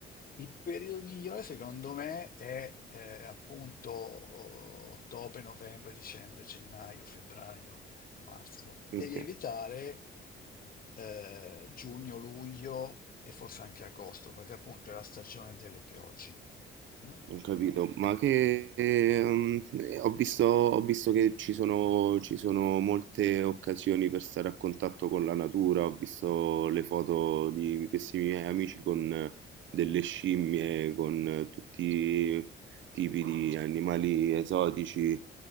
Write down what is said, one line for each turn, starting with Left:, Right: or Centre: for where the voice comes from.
Left: Il periodo migliore secondo me è eh, appunto oh, ottobre, novembre, dicembre, gennaio, febbraio, marzo. Devi
Right: Ok.
Left: evitare eh, giugno, luglio e forse anche agosto, perché appunto è la stagione delle piogge. mm?
Right: Ho capito, ma che ehm, eh, ho visto, ho visto che ci sono, ci sono molte occasioni per stare a contatto con la natura, ho visto le foto di questi miei amici con eh, delle scimmie, con eh, tutti i tipi di animali esotici.